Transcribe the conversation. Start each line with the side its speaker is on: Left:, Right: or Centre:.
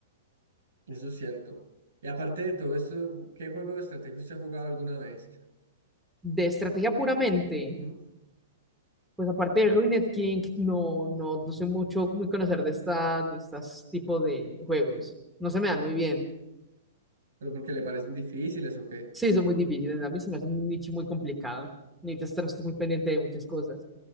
Right: Eso es cierto. Y aparte de todo esto, ¿qué juego de estrategia usted ha jugado alguna vez?
Centre: De estrategia puramente,
Right: Ujú.
Centre: pues aparte de Ruined King, no, no, no soy mucho, muy conocer de esta, de estos tipos de juegos. No se me dan muy bien.
Right: ¿Pero porque le parecen difíciles o qué?
Centre: Sí, son muy difíciles, a mí se me hace un nicho muy complicado. Necesitas estar muy pendiente de muchas cosas.